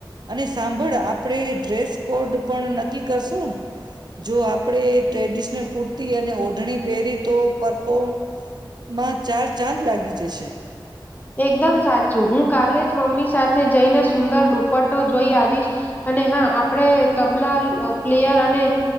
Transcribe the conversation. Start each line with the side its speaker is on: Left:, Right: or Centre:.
Right: અને સાંભળ આપડે ડ્રેસ કોડ પણ નક્કી કરશું જો આપડે ટ્રેડિ કુર્તી અને ઓઢણી પહેરી તો પરફો માં ચાર ચાંદ લાગી જશે
Left: એકદમ સાચું હું કાલે જ મમ્મી સાથે જઈને સુંદર દુપટો જોઈ આવીશ અને હા આપણેે તબલા પ્લેયર અને